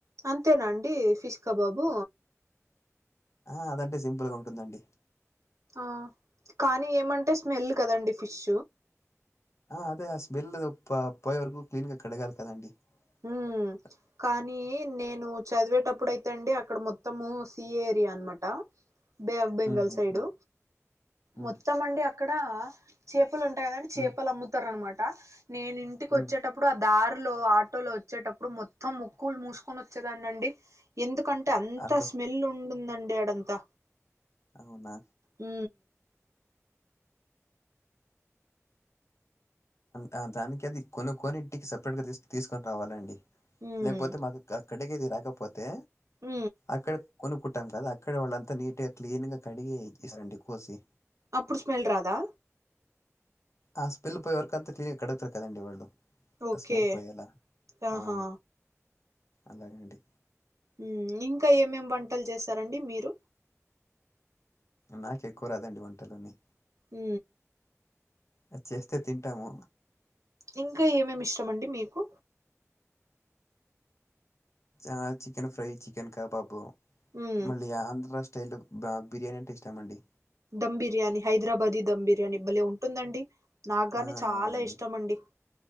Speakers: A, on the right; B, on the left.
A: అంతేనండి ఫిష్ కబాబు
B: ఆ అద అంటే సింపుల్గా ఉంటుందండి
A: ఆ కానీ ఏమంటే స్మెల్ కదండి ఫిష్
B: ఆ అదే ఆ స్మెల్ పోయే వరకు క్లీన్ గా కడగాలి కదండి స
A: ఉమ్ కానీ నేను చదివేటప్పుడు అయితే అండి అక్కడ మొత్తము సీ ఏరియా అనమాట బే ఆఫ్ బెంగాల్
B: ఉహుహు
A: సైడు
B: ఉమ్
A: మొత్తం అండి అక్కడ చేపలు ఉంటాయి కదండి చేపలు
B: ఉమ్
A: అమ్ముతారు అనమాట నేను ఇంటికి వచ్చేటప్పుడు
B: ఉమ్
A: ఆ దారిలో లో వచ్చేటప్పుడు మొత్తం ముక్కులు మూసుకొని వచ్చేదాన్ని అండి ఎందుకన్ అంటే అంతా
B: అంత
A: స్మెల్
B: స్
A: ఉంటుందండి అడంతా
B: అవునా
A: ఉ
B: అ దానికి అది కొనుక్కొని ఇంటికి సపరేట్గా తీసు తీసుకొని రావాలండి
A: ఉమ్
B: లేకపోతే మాకు కటిగేది రాకపోతే
A: ఉ
B: అక్కడ కొనుక్కుంటాం కదా అక్కడ వాళ్ళంతా నీట్గా క్లీన్గా కడిగి ఇసారండి కోసి
A: అప్పుడు స్మెల్ రాదా
B: ఆ స్పిల్ పోఎవరకు అంత క్లీన్గా కడుతారు కదండి వాళ్ళు
A: ఓకే
B: ఆ స్మెల్ పోయేలా
A: ఆహా
B: ఆ అలాగండి
A: ఉమ్ ఇంకా ఏమేం వంటలు చేస్తారండి మీరు
B: నాకి ఎక్కువ రాదండి వంటలు అన్ని
A: హ
B: అది చేస్తే తింటాము
A: ఇంకా ఏమేమి ఇష్టమండి మీకు
B: ఆ చికెన్ ఫ్రై చికెన్ కబాబు
A: ఉమ్
B: మళ్ళీ ఆంధ్రా స్టేట్ లు బా బిర్యానీ అంటే ఇష్టామండి.
A: ధమ్ బిర్యానీ హైదరాబాదీ ధమ్ బిర్యానీ బలే ఉంటుందండి. నాకుగాని
B: ఆ
A: చాలా
B: అవునండి
A: ఇష్టం అండి